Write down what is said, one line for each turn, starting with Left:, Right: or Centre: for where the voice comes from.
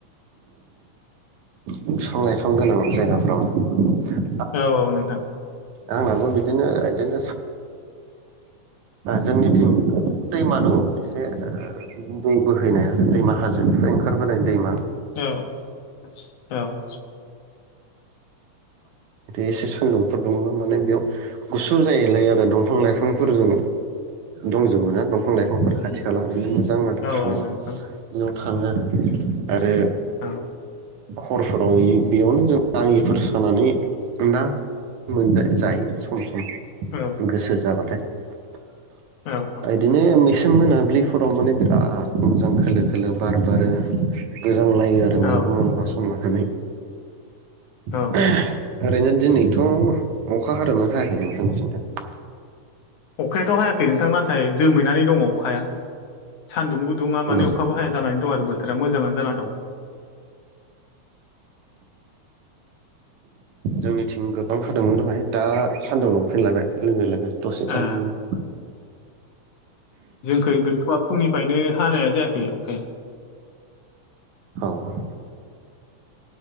Right: बिफां लाइफां गोनां जायगाफोराव ना
Left: औ औ नोंथां
Right: आंनाबो बिदिनो बिदिनो जोंनिथिं दैमा दङ एसे दै बोहैनाय आरो दैमा हाजोनिफ्राय ओंखारबोनाय दैमा
Left: औ औ
Right: एसे सानदुंफोर दुङोबा माने बेयाव गुसु जायैलाय आरो दंफां लाइफांफोरजों दंजोबो ना दंफां लाइफांफोर खाथि खाला माने मो जां थानो
Left: औ औ नोंथां
Right: बेयाव थाङो आरो आरो
Left: औ
Right: हरफोराव होयो बेयावनो जों नाङिफोर खानानै ना मोन जायो सम सम
Left: औ
Right: गोसो जाबा <unintelligible>
Left: औ
Right: इदिनो एसे मोना दुब्लिफोराव माने बिराद मोजां खोलो खोलो बार बारो गो जांलायो आरो
Left: औ
Right: मालाबा मालाबा समाव <unintelligible>
Left: औ
Right: <unintelligible> ओरैनो दिनैथ' अखा हादोंना हायाखै नोंथांनि थिंजाय
Left: अखायाथ' हायाखै नोंथां नाथाय दोमैनानै दङ अखाया सान्दुंबो दुङा माने
Right: उम
Left: अखाबो हाया जानानै दं आरो बोथोरा मोजाङानो जानानै दं <inaudible>
Right: जोंनिथिं गोबां हादोंमोन दहाय दा सान्दुं दुंफिनलायबाय लोगो लोगो दसे थानानिनो
Left: ए जोंखै गैथ'आ फुंनि फ्रायनो हानाया जायाखै अखाया
Right: औ औ